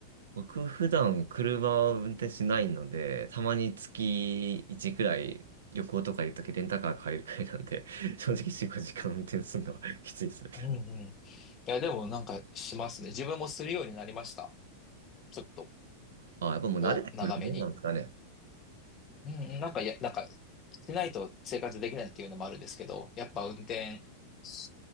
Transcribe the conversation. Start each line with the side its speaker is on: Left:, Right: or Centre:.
Right: 僕普段車を運転しないので、たまに月1くらい旅行とか行くときレンタカー借りるくらいなんで、<laughs> 正直4、5時間運転するのは <laughs> きついですね。
Left: うんうん。いや、でもなんかしますね。自分もするようになりました。ちょっと、
Right: あ、やっぱもう慣れてくるもんなんですかね。
Left: お、長めに。うんうん、なんか、や、なんか、しないと生活できないっていうのもあるんですけど、やっぱ運転し